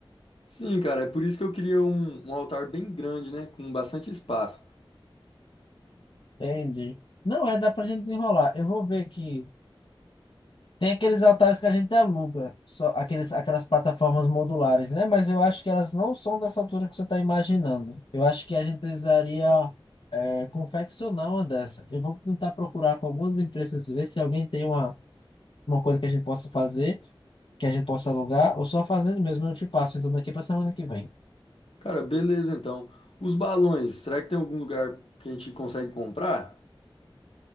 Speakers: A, on the left; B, on the left.
A: Sim, cara, é por isso que eu queria um, um altar bem grande, né? Com bastante espaço.
B: Entendi. Não, é, dá pra gente desenrolar. Eu vou ver que tem aqueles altares que a gente aluga, só aqueles, aquelas plataformas modulares, né? Mas eu acho que elas não são dessa altura que você está imaginando. Eu acho que a gente precisaria é, confeccionar uma dessa. Eu vou tentar procurar com algumas empresas, ver se alguém tem uma, uma coisa que a gente possa fazer, que a gente possa alugar, ou só fazendo mesmo, eu te passo, então daqui para semana que vem.
A: Cara, beleza então. Os balões, será que tem algum lugar que a gente consegue comprar?